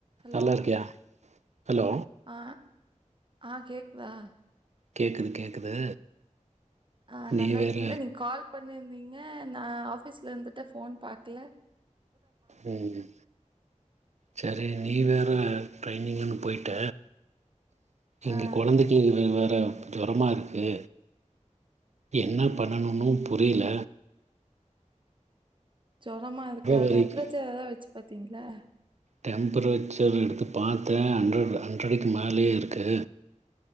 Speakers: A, on the right (about 40°); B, on the right (about 60°).
A: ஹலோ
B: நல்லா இருக்கியா ஹலோ
A: ஆ ஆ கேக்குதா
B: கேக்குது கேக்குது
A: ஆ
B: நீ
A: நல்லா
B: வேற
A: இருக்கீங்ளா நீங் கால் பண்ணிருந்தீ ங்க நா ஆஃபீஸ்ல இந்துட்டு ஃபோன் பாக்கல
B: ம் சரி நீ வேற ட்ரெய்னிங்குன்னு போயிட்ட இங்க
A: ஆ
B: கொழந்தக்கி இவ வ ற ஜொரமா இருக்கு என்ன பண்ணணுன்னு புரியில
A: ஜொரமா இருக்கா
B: வரைக்கு
A: டெம்பரேச்சர் எதா வச்சு பாத்தீங்ளா?
B: டெம்ப்ரேச்சர் எடுத்து பாத்தே ஹண்ட்ரட் ஹண்ட்ரடுக்கு மேலயே இருக்கு